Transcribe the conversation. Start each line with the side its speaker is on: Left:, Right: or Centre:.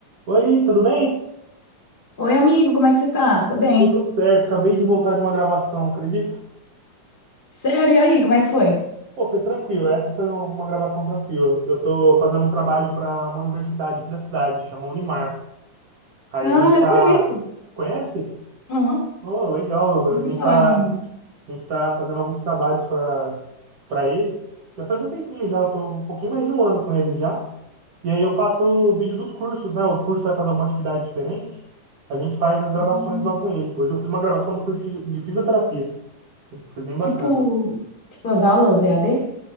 Right: Oi, tudo bem?
Left: Oi, amigo, como é que você tá? Tô bem.
Right: Tudo certo. Acabei de voltar de uma gravação, acredito?
Left: Sério, e aí, como é que foi?
Right: Pô, foi tranquilo. Essa foi uma gravação tranquila. Eu tô fazendo um trabalho para uma universidade aqui da cidade, chama Unimar. Aí
Left: Ah,
Right: a gente
Left: eu
Right: tá.
Left: conheço.
Right: Conhece?
Left: Aham,
Right: Oh, legal.
Left: já ouvi
Right: A gente
Left: falar,
Right: tá,
Left: dona. Mãe.
Right: a gente tá fazendo alguns trabalhos para para eles. Já faz um tempinho já, eu tô um pouquinho mais de um ano com eles já. E aí eu faço o vídeo dos cursos, né? O curso vai fazer alguma atividade diferente. A gente faz as gravações
Left: Hum,
Right: lá com ele. Hoje eu fiz uma gravação do curso de fisi- de fisioterapia. Foi bem bacana.
Left: Tipo, tipo as aulas EAD?